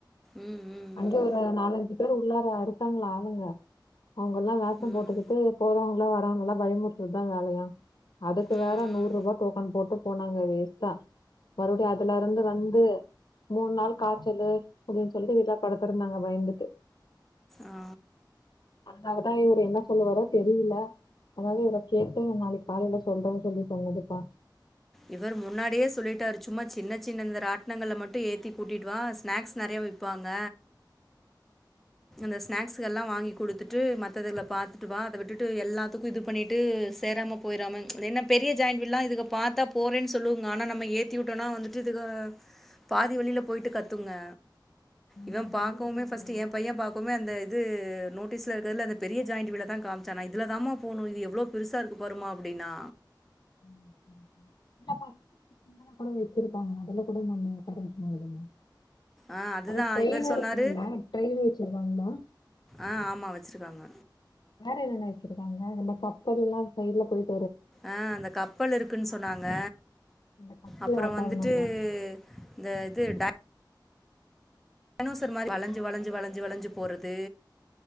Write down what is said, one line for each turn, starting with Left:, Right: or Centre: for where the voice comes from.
Centre: ம் ம்
Left: அங்கயே
Centre: ம்
Left: நாலஞ்சு பேர் உள்ளாற இருக்காங்களா அவுங்க அவுங்கல்லா வேஷம்
Centre: ம் ம்
Left: போட்டுக்கிட்டு போறவங்களா வரவங்களா பயமுறுத்துறதுதா வேலையா அதுக்கு
Centre: ம் ம்
Left: வேற நூரூபா டோக்கன் போட்டு போனாங்க வேஸ்ட்டா மறுவடியு அதுலருந்து வந்து மூணு நாள் காய்ச்சல்லு அப்டின் சொல்லி வீட்ல படுத்துருந்தாங்க பயந்துட்டு
Centre: ஆ
Left: அதுக்காக இவுரு என்ன சொல்லுவாரோ தெரியில்ல அதாவது இவ்ளோ கேட்டு நா நாளைக் காலைல சொல்றேன் சொல்லி சொன்னதுப்பா
Centre: இவர் முன்னாடியே சொல்லிட்டாரு சும்மா சின்ன சின்ன இந்த ராட்னங்கல்ல மட்டு ஏத்தி கூட்டிட்டு வா ஸ்நாக்ஸ் நெறையா விப் ப்பாங்க இந்த ஸ்நாக்ஸகல்லா வாங்கி குடுத்துட்டு மத்ததுல பாத்துட்டு வா அத விட்டுட்டு எல்லாத்துக்கு இது பண்ணிட்டு சேராம போய்றாம ஏன்னா பெரிய ஜாயிண்ட்வீல்லா இதுக பாத்தா போறேன் சொல்லுங்க ஆனா நம்ம ஏத்தி விட்டோனா வந்துட்டு இதுக பாதி வழில போயிட்டு கத்துங்க
Left: ஆமா
Centre: இவ
Left: பயந்துருவாங்க
Centre: பாக்கவுமே ஃபஸ்ட் யா பாக்வுமே அந்த இது நோட்டீஸ்ல இருக்கிறதுல அந்த பெரிய ஜாயிண்ட் வீலதா காமிச்சா நா இதுலதாம்மா போனு இது எவ்ளோ பெருசா இருக்கு பாரும்மா அப்டின்னா
Left: ம் ம் ம் இப்ப கூட வெசச்சிருப்பாங்க அதுல கூட நம்ம <unintelligible>
Centre: ஆ அதுதா
Left: அது ட்ரெயின்
Centre: இவர் சொன்னாரு
Left: இருக்குங்களா ட்ரெயின் வெச்சிருக்காங்களா
Centre: ஆ ஆமா வெச்சிருக்காங்க
Left: வேற என்னென்ன வெச்சிருக்காங்க அந்த கப்பல்லா சைட்ல போயிட்
Centre: ஆ அந்த கப்பல் இருக்குன் சொன்னாங்க
Left: அந்த கப்பல்ல
Centre: அப்பறோ
Left: ஒக்காரணுங்க
Centre: வந்துட்டு இந்த இது டை டைனோசர் மாரி வளஞ்சு வளஞ்சு வளஞ்சு வளஞ்சு போறது